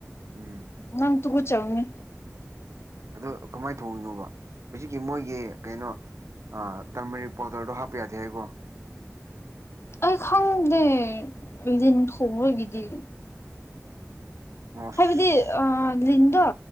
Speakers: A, on the right; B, on the left.
A: ꯎꯝ
B: ꯅꯪ ꯇꯨꯒ ꯆꯧꯅꯤ
A: ꯑꯗꯨ ꯀꯃꯥꯏꯅ ꯊꯣꯡꯉꯤꯅꯣꯕ ꯍꯧꯖꯤꯛꯀꯤ ꯃꯣꯏꯒꯤ ꯀꯩꯅꯣ ꯑ ꯇꯔꯃꯦꯔꯤꯛ ꯄꯥꯎꯗꯔꯗꯣ ꯍꯥꯞꯄ ꯌꯥꯗꯦ ꯍꯥꯏꯀꯣ
B: ꯑꯩ ꯈꯪꯗꯦꯟ ꯊ ꯑꯣꯏꯒꯤꯗꯤ
A: ꯑꯣꯁ
B: ꯍꯥꯏꯕꯗꯤ ꯑ ꯂꯤꯟꯗꯣ